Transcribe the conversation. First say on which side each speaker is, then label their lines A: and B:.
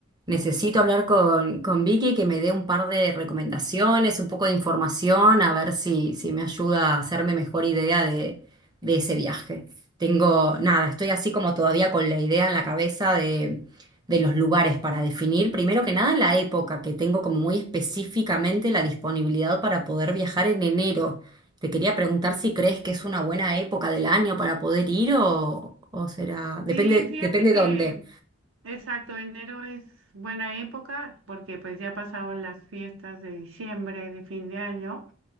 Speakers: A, on the right (about 20°); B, on the right (about 75°).
A: Necesito hablar con, con Vicky que me dé un par de recomendaciones, un poco de información, a ver si, si me ayuda a hacerme mejor idea de, de ese viaje. Tengo, nada, estoy así como todavía con la idea en la cabeza de, de los lugares para definir, primero que nada la época, que tengo como muy específicamente la disponibilidad para poder viajar en enero. Te quería preguntar si crees que es una buena época del año para poder ir o, o será, depende,
B: Sí, fíjate
A: depende
B: que,
A: dónde.
B: exacto, enero es buena época porque pues ya pasaron las fiestas de diciembre, de fin de año